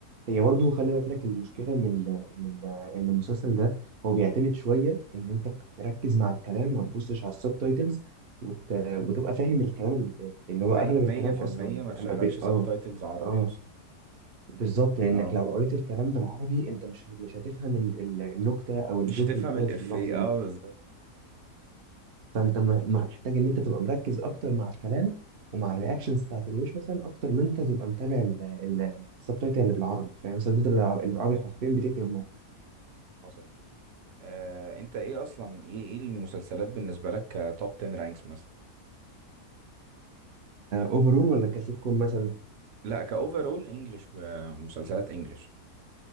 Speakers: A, on the right; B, on the right.
A: هي برضه خلي بالك المشكله ان ال... ان ال... ان المسلسل ده هو بيعتمد شويه ان انت تركز مع الكلام ما تبصش على السب تايتلز وت... وتبقى فاهم الكلام اللي بيتقال لان هو
B: ومية
A: اغلب
B: مية
A: الكلام
B: في
A: اصلا
B: المية ما تشغلش
A: اما بي...
B: سب
A: اه
B: تايتلز عربي
A: اه
B: اصلا
A: بالظبط لانك
B: اه
A: لو قريت الكلام بالعربي انت مش مش هتفهم ال- ال- النكته او
B: مش
A: الجوك
B: هتفهم
A: اللي اتقالت
B: الافيه
A: في اللحظه دي
B: اه بالظبط
A: فانت م- محتاج ان انت تبقى مركز اكتر مع الكلام ومع الرياكشنز بتاعت الوش مثلا اكتر ما انت تبقى متابع السبتايتل اللي بالعربي فاهم سدد اللي بالعربي حرفيا بتقتل الموقف
B: حصل آه انت ايه اصلا ايه ايه المسلسلات بالنسبة لك كتوب 10 رانكس مثلا
A: اوفرول ولا كسيت كوم مثلا
B: لا كاوفرول انجلش مسلسلات انجلش